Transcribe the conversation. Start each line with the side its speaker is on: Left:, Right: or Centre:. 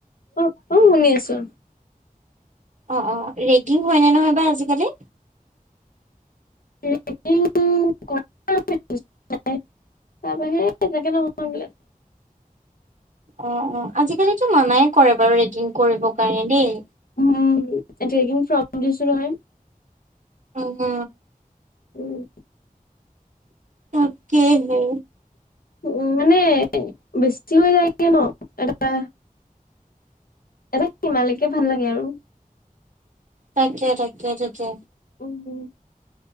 Left: অহ অহ শুনি আছো
Right: অহ অহ ৰেগিং হয় নে নহয় বা আজিকালি
Left: ৰেগিং কৰে তাৰ বাহিৰে‌ তেনেকে নহয় এইফালে
Right: অহ অহ আজিকালিতো মানাই কৰে বাৰু ৰেগিং কৰিবৰ কাৰণে দেই
Left: উম ৰেগিং ফ্ৰম শুনিছ নহয়
Right: উম কে
Left: উম
Right: তাকে হে
Left: উম মানে বেছিকে হৈ যায় গে ন এটা এটা সিমালেকে ভাল লাগে আৰু
Right: তাকে তাকে তাকে
Left: উম